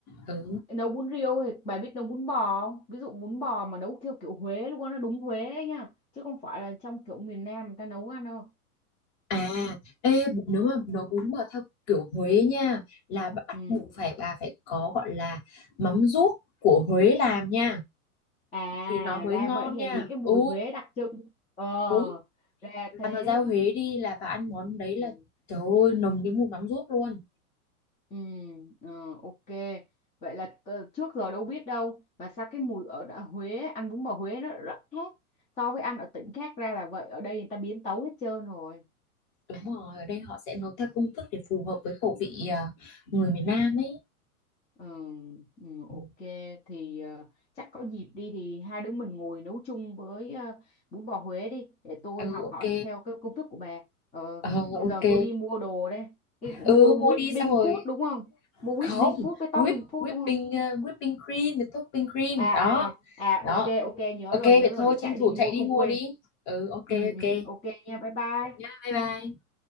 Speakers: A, on the left; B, on the left.
A: ừ
B: nấu bún riêu thì bà biết nấu bún bò không ví dụ bún bò mà nấu theo kiểu Huế luôn á, nó đúng Huế ấy nha chứ không phải là trong kiểu miền Nam người ta nấu ăn đâu
A: À, ê, b- nếu mà nấu bún bò theo kiểu Huế nha là bắt
B: ừ.
A: buộc phải bà phải có gọi là mắm ruốc của Huế làm nha
B: à
A: thì nó mới
B: ra
A: ngon
B: vậy hèn
A: nha.
B: gì cái mùi
A: Ừ,
B: Huế đặc trưng ờ
A: đúng.
B: ra thế
A: Bà mà ra Huế đi là bà ăn món đấy là
B: ừ.
A: trời ơi nồng cái mùi mắm ruốc luôn.
B: Ừ. Ờ, ok vậy là t- trước giờ đâu biết đâu và sao cái mùi ở đã Huế ăn bún bò Huế nó rất khác so với ăn ở tỉnh khác ra là vậy ở đây người ta biến tấu hết trơn rồi
A: Đúng rồi, ở đây họ sẽ nấu theo công thức để phù hợp với khẩu vị à, người miền Nam ấy.
B: Ờ, ừ,
A: Ừ,
B: ok thì ờ, chắc có dịp đi thì hai đứa mình ngồi nấu chung với ờ, bún bò Huế đi để tôi
A: ừ,
B: học
A: ok.
B: hỏi theo cái công thức của bà. Ờ,
A: Ờ,
B: bây
A: ok.
B: giờ tôi đi mua đồ đây. Cái cũng
A: Ừ,
B: mua whipping
A: mua đi xong rồi.
B: food đúng không? Mua
A: Không,
B: whipping food với
A: whip,
B: topping food
A: whipping,
B: đúng không?
A: uh, whipping cream, với topping cream.
B: À
A: Đó,
B: à à
A: đó
B: ok ok nhớ
A: Ok
B: rồi
A: vậy
B: nhớ rồi
A: thôi
B: để
A: tranh
B: chạy đi
A: thủ
B: mua
A: chạy đi
B: không
A: mua
B: quên.
A: đi. Ừ ok
B: Ừ,
A: ok.
B: ừ ok nha bye bye.
A: Nhá, bye bye.